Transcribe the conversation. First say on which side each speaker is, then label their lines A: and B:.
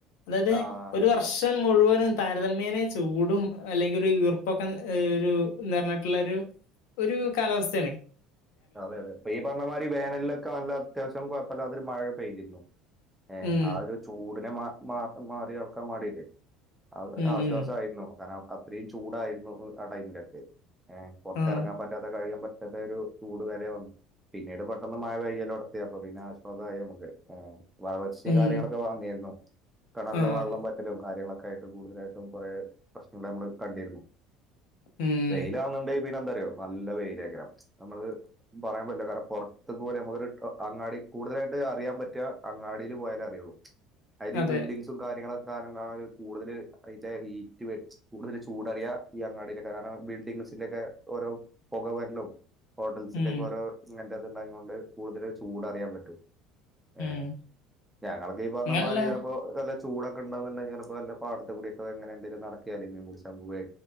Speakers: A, on the left; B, in the centre.
A: അതായത്
B: ആഹ്
A: ഒരു വർ ൻ മുഴുവനും താരതമ്യേനെ ചൂടും അല്ലെങ്കിൽ ഒരു ഈർപ്പൊക്കെ ഒരു ന്ന് ട്ട് ള്ളൊരു കാലാവസ്ഥണ്
B: അതെ അതെ പ്പ ഈ പറഞ്ഞമാരി വേനലി ക്കെ നല്ല അത്യാവശ്യം കൊഴപ്പതൊരു മഴ പെയ്തിരുന്നു ഏഹ്
A: ഉം
B: ആ ഒരു ചൂടിനെ മാ മാ മാറി കടക്കാൻ വാണ്ടീറ്റ് ആ ഒരാശ്വാസയിരുന്നു
A: ഉം ഉം
B: കാരണം അത്രയും ചൂടായിരുന്നു ആ ടൈമിലൊക്കെ ഏ പുറത്ത്റങ്ങാൻ
A: ആഹ്
B: പറ്റാത്ത കഴിയാൻ പറ്റാത്ത ഒരു ചൂട് വെരെ വന്നു പിന്നീട് പെട്ടെന്ന് മഴയ്യാലോടത്തി അപ്പൊ പിന്നെ ആശ്വാസായി നമക്ക് ഏഹ് വളർച്ചയും
A: ഉം
B: കാര്യങ്ങളൊക്കെ വന്നിരുന്നു കെണറിലെ
A: ആഹ്
B: വെള്ളം വറ്റലും കാര്യങ്ങളൊക്കെ ആയിട്ട് കൂടുതലായിട്ടും കുറേ പ്രശ്നങ്ങൾ നമ്മൾ കണ്ടിരുന്നു
A: ഉം
B: വെയിലാവുന്നുണ്ടെൽ പിന്നെ എന്താറിയോ നല്ല വെയിലാക്കാരം നമ്മള് പറയാൻ പറ്റില്ല കാരണം പുറത്തേക്ക് പോലെ നമുക്കൊരു അങ്ങാടി കൂടുതലായിട്ട് അറിയാൻ പറ്റ അങ്ങാടിൽ പോയാലേ അറിയുള്ളൂ അതായത് ഈ
A: അതെ
B: ബിൽഡിംഗ്സും കാര്യങ്ങളൊക്കെ കാര കൂടുതൽ അതിന്റെ ഹീറ്റ് വര കൂടുതൽ ചൂടറിയാ ഈ അങ്ങാടിയിലൊക്കെ കാരണം ബിൽഡിംഗസിലൊക്കെ ഓരോ പുകവരലും ഹോട്ടൽസിന്റെ
A: ഉം
B: ഒക്കെ ഓരോ ഇങ്ങനത്തെ അത്ണ്ടയാതൊണ്ട് കൂടുതൽ ചൂട് അറിയാൻ പറ്റും ഏഹ്
A: ഉം
B: ഞങ്ങളൊക്കെ ഈ പറഞ്ഞ
A: ഇങ്ങനെയുള്ള
B: മാരി ചിലപ്പോ ചൂടൊക്കെണ്ടന്നുണ്ടെങ്കി ചെലപ്പോ വല്ല പാടത്തെ കൂടിക്കെങ്ങന എന്തെലും നടക്കെ അല്ലെങ്കി പുടിച്ചാൻ പോവേ